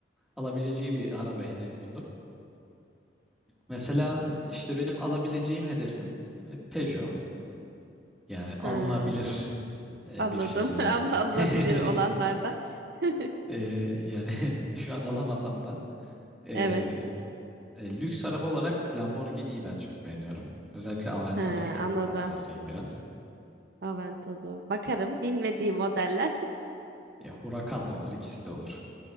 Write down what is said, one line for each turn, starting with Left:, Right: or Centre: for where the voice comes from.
Centre: alabileceği bir araba hedefi olur. Mesela işte benim alabileceğim hedefim e, Peugeot. Yani alınabilir
Right: Ha,
Centre: e,
Right: anladım.
Centre: bir şekilde.
Right: <laughs> Al- alabilir
Centre: <laughs>
Right: olanlarda. <laughs>
Centre: E, yani <laughs> şu an alamasam da e,
Right: Evet.
Centre: e, lüks araba olarak Lamborghini'yi ben çok beğeniyorum. Özellikle Aventador
Right: Ha, anladım.
Centre: hastasıyım biraz.
Right: Aventador. Bakarım. Bilmediğim modeller.
Centre: Ya Huracan da olur, ikisi de olur.